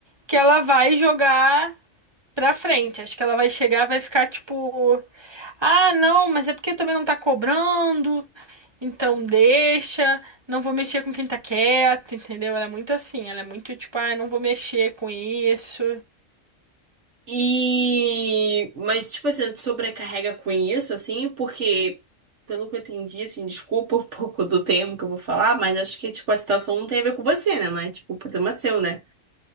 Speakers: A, on the right; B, on the right.
A: que ela vai jogar pra frente. Acho que ela vai chegar, vai ficar tipo, ah, não, mas é porque também não tá cobrando. Então deixa, não vou mexer com quem tá quieto, entendeu? Ela é muito assim, ela é muito tipo, ah, não vou mexer com isso.
B: E. Mas, tipo assim, te sobrecarrega com isso, assim, porque, pelo que eu entendi, assim, desculpa <laughs> um pouco do termo que eu vou falar, mas acho que, tipo, a situação não tem a ver com você, né? Não é, tipo, problema é seu, né?